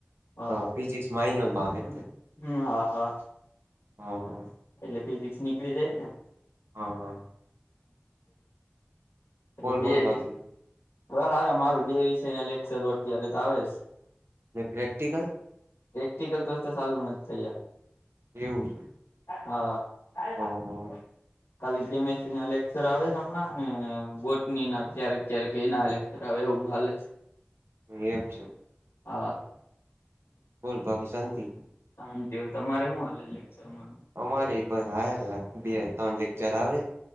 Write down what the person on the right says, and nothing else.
તો ફિઝિક્સ માઇનરમાં એમને?
હહ
હા હા.
બોલ
બોલ બાકી
એક પ્રેક્ટિકલ
એવું છે,
હા <unintelligible>
એમ છે,
બોલ બાકી શાંતિ?
અમારે બસ બે ત્રણ લેક્ચર આવે,